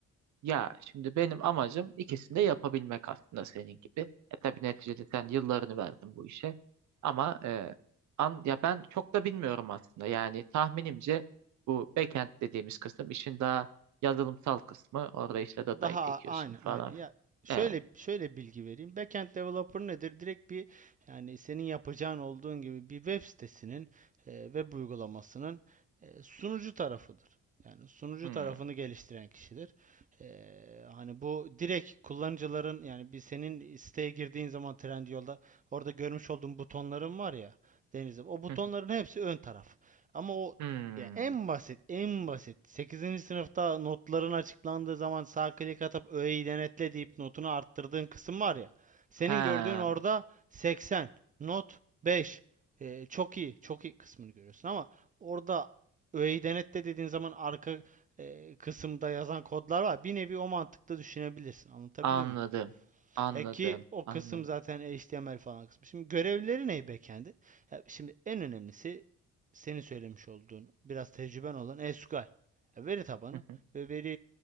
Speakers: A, on the right; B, on the right.
A: Ya şimdi benim amacım ikisini de yapabilmek aslında senin gibi. E tabii neticede sen yıllarını verdin bu işe. Ama e, an, ya ben çok da bilmiyorum aslında. Yani tahminimce bu backend dediğimiz kısım işin daha yazılımsal kısmı. Orada işte datayı
B: Daha
A: çekiyorsun
B: a- aynen
A: falan.
B: aynen. Ya şöyle
A: Evet.
B: şöyle bilgi vereyim. Backend developer nedir? Direkt bir yani senin yapacağın olduğun gibi bir web sitesinin e, web uygulamasının e, sunucu tarafıdır. Yani sunucu
A: Hmm.
B: tarafını geliştiren kişidir. E, hani bu direkt kullanıcıların yani bir senin siteye girdiğin zaman Trendyol'da orada görmüş olduğun butonların var ya Deniz'im. O butonların
A: <laughs>
B: hepsi ön taraf. Ama o
A: Hmm.
B: ya en basit, en basit. Sekizinci sınıfta notların açıklandığı zaman sağ klik atıp öğeyi denetle deyip notunu arttırdığın kısım var ya. Senin
A: He,
B: gördüğün orada 80, not 5, e, çok iyi, çok iyi kısmını görüyorsun ama orada öğeyi denetle dediğin zaman arka e, kısımda yazan kodlar var. Bir nevi o mantıkta düşünebilirsin. Anlatabiliyor
A: anladım.
B: muyum?
A: Anladım.
B: E ki o
A: Anladım.
B: kısım zaten HTML falan kısmı. Şimdi görevleri ne backend'i? Ya şimdi en önemlisi senin söylemiş olduğun biraz tecrüben olan SQL. Ya veri tabanı
A: Hı hı,
B: ve veri